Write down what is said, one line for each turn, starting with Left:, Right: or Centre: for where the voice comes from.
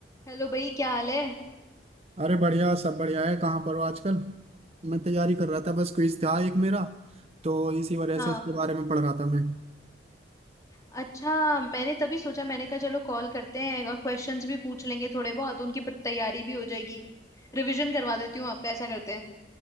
Left: हेलो भाई क्या हाल है
Right: अरे बढ़िया सब बढ़िया है कहाँ पर हो आजकल मैं तैयारी कर रहा था बस क्विज था एक मेरा तो इसी वजह
Left: हाँ
Right: से उसके बारे में पढ़ रहा था मैं
Left: अच्छा मैंने तभी सोचा मैंने कहा चलो कॉल करते हैं और क्वेश्चंस भी पूछ लेंगे थोड़े बहुत उनकी प- तैयारी भी हो जाएगी रिवीजन करवा देती हूँ आपका ऐसा करते हैं